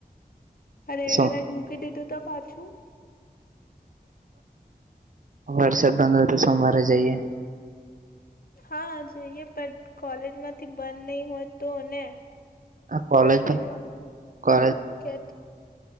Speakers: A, on the left (about 65°); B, on the right (about 55°).
A: રેડ
B: સોમ
A: એલર્ટ મૂકી દીધું તો પાછું.
B: વરસાદ બંધ હો તો સોમવારે જઈએ.
A: હા જોઈએ પણ કોલેજમાંથી બંધ નહી હોય તો ને.
B: આ કોલેજ
A: કોલેજમાં
B: પણ કોલેજ
A: કે.